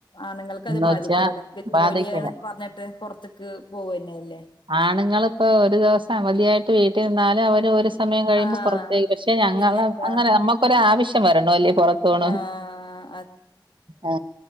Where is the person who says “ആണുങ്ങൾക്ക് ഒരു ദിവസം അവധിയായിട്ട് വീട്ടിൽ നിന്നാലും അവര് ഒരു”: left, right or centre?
Right